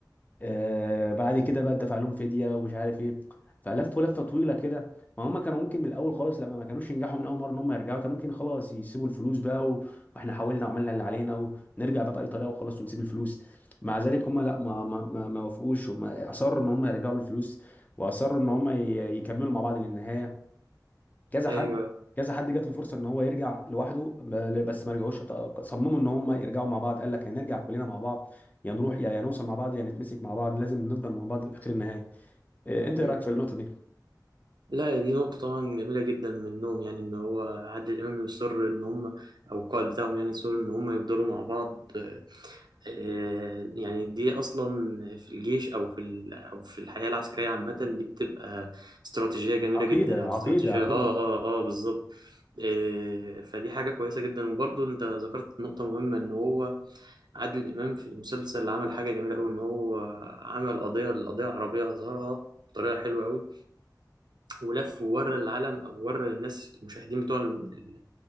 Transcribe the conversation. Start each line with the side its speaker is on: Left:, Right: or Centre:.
Left: آه بعد كده بقى دفع لهم فديه ومش عارف ايه فلفوا لفه طويله كده ما هم كانوا ممكن من الاول خالص لما ما كانوش ينجحوا من اول مره ان هم يرجعوا كانوا ممكن خلاص يسيبوا الفلوس بقى و... واحنا حاولنا وعملنا اللي علينا ونرجع بقى باي طريقه وخلاص ونسيب الفلوس مع ذلك هم لا ما ما ما ما وافقوش هم اصروا ان هم يرجعوا بالفلوس واصروا ان هم ي- يكملوا مع بعض للنهايه كذا
Right: ايوه
Left: حد كذا حد جات له فرصه ان هو يرجع لوحده ب- بس ما رجعوش ط- صمموا ان هم يرجعوا مع بعض قال لك يا نرجع كلنا مع بعض يا نروح يا يا نوصل مع بعض يا نتمسك مع بعض لازم نفضل مع بعض لاخر النهايه إيه، انت
Right: مم.
Left: ايه رايك في النقطه دي
Right: لا دي نقطة طبعا جميلة جدا منهم يعني إن هو عادل إمام يصر إن هم أو القائد بتاعهم يعني يصر إن هم يفضلوا مع بعض آه، آه، يعني دي أصلا في الجيش أو في ال- أو في الحياة العسكرية عامة دي بتبقى استراتيجية جميلة
Left: عقيده
Right: جدا أو
Left: عقيده
Right: استراتيجية
Left: عندهم
Right: آه آه آه بالظبط آه، فدي حاجة كويسة جدا وبرضه أنت ذكرت نقطة مهمة إن هو عادل إمام في المسلسل عمل حاجة جميلة أوي إن هو عمل قضية القضية العربية أظهرها بطريقة حلوة أوي ولف وورى العالم او ورى الناس المشاهدين بتوع ال- ال-